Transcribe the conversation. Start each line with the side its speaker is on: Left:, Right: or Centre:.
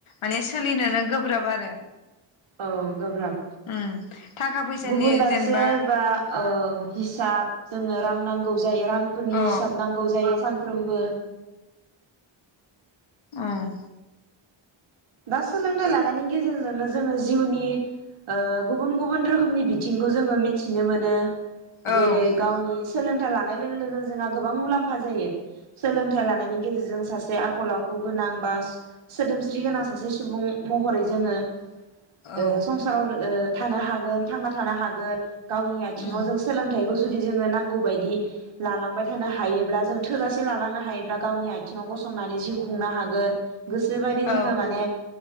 Left: माने सोलिनोनो गोब्राब आरो।
Right: औ गोब्राब।
Left: उम थाखा फैसानि
Right: गुबुन दाबसे
Left: जेनेबा
Right: बा ओ हिसाब जोंनो रां नांगौ। जायो रांफोरनि
Left: अ
Right: हिसाब नांगौ जायो। सानफ्रोमबो
Left: ओम।
Right: दा सोलोंथाइ लानायनि गेजेरजोंनो जोङो जिउनि ओ गुबुन गुबुन रोखोमनि बिथिंखौ जोङो मिथिनो मोनो।
Left: औ
Right: जेरै गावनि सोलों थाय लानाय लोगो लोगोनो जोंहा गोबां मुलाम्फा जायो सोलोंथाइ लानायनि गेजेरजों सासे आखल आखु गोनां बा सोदोमस्रि गोनां सासे सुबुं महरै जोङो
Left: औ
Right: ओ संसाराव ओ थानो हागोन थांना थानो हागोन। गावनि आथिंआव
Left: उम
Right: जों सोलोंथाइखौ जुदि जोङो नांगौ बायदि लालांबाय थानो हायोब्ला जों थोजासे लालांनो हायोब्ला गावनि आथिङाव गसंनानै जिउ खुंनो हागोन। गोसो बायदि जोङो
Left: औ
Right: माने